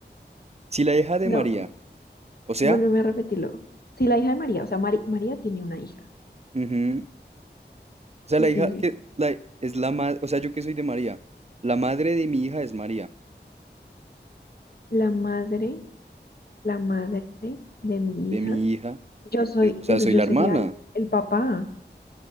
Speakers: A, on the right; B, on the left.
A: Si la hija de
B: no,
A: María, o sea,
B: vuélveme a repetirlo. Si la hija de María, o sea, Mari- María tiene una hija.
A: ujú, o sea,
B: ¿Qué
A: la hija
B: sigue?
A: que la, es la madre, o sea, yo que soy de María, la madre de mi hija es María,
B: La madre. la madre de mi
A: de
B: hija,
A: mi hija,
B: yo soy,
A: es- o sea,
B: entonces
A: soy
B: yo
A: la
B: sería
A: hermana.
B: el, el papá.